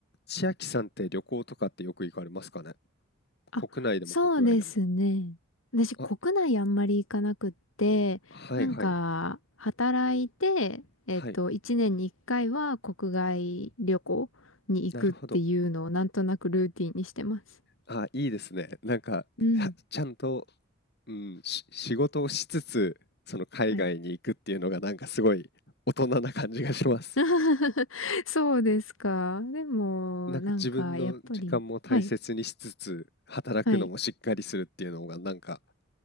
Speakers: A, on the left (about 50°); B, on the left (about 75°).
A: 千秋さんって旅行とかってよく行かれますかね
B: あ、
A: 国内でも国外でも。
B: そうですね。私、国内あんまり行かなくって、
A: あ、はいはい
B: なんか、働いて、えっと、
A: はい。
B: 一年に一回は国外旅行に行くっていうのをなんとなくルーティンにしてます。
A: なるほど。あ、いいですね。なんか、
B: うん。
A: <laughs> はちゃんと、うん、し仕事をしつつ、その海外に行くっていうのがなんかすごい大人な感じがします。
B: はい。<laughs> そうですか。でも、
A: なんか自分の時間も大切にしつつ、
B: なんか、やっぱり、はい。
A: 働くのもしっかりするっていうのがなんか
B: はい。